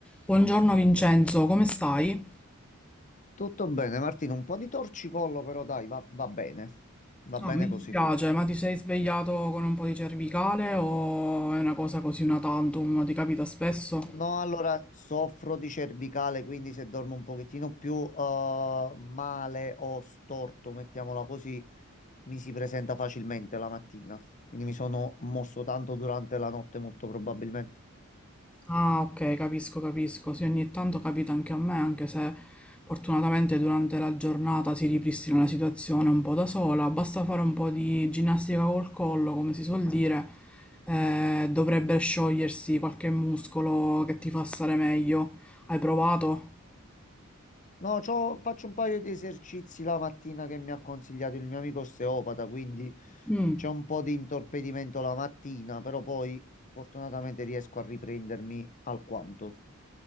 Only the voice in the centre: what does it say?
Buongiorno Vincenzo, come stai?
Ah,
mi
dispiace, ma ti sei svegliato con un po' di cervicale o è una cosa così una tantum? Ti capita spesso?
Ah, ok, capisco, capisco. Sì, ogni tanto capita anche a me, anche se fortunatamente durante la giornata si ripristina la situazione un po' da sola. Basta fare un po' di ginnastica col collo, come si suol dire, eh, dovrebbe sciogliersi qualche muscolo che ti fa stare meglio. Hai provato?
Mm.